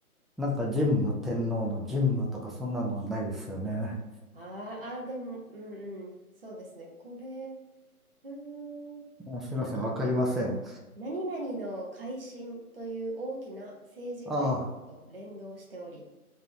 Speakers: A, in the centre; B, on the right.
A: なんか神武天皇の神武とかそんなのはないですよね。
B: あーあー、でも、うんうん、そうですね。これ、うーん。
A: あすいません、
B: あ、
A: わかりません。
B: あ何々の改新という大きな政治改革と連動しており、
A: ああ、